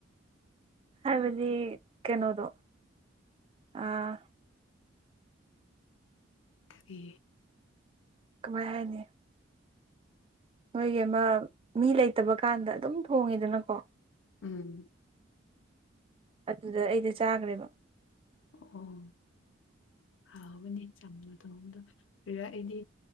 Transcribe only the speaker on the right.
ꯍꯥꯏꯕꯗꯤ ꯀꯩꯅꯣꯗꯣ ꯑꯥ
ꯣꯏ ꯍꯥꯏꯅꯦ ꯅꯣꯏꯒꯤ ꯑꯃ ꯃꯤ ꯂꯩꯇꯕ ꯀꯥꯟꯗ ꯑꯗꯨꯝ ꯊꯣꯡꯉꯤꯗꯅꯀꯣ
ꯑꯗꯨꯗ ꯑꯩꯗ ꯆꯥꯈ꯭ꯔꯦꯕ
<unintelligible>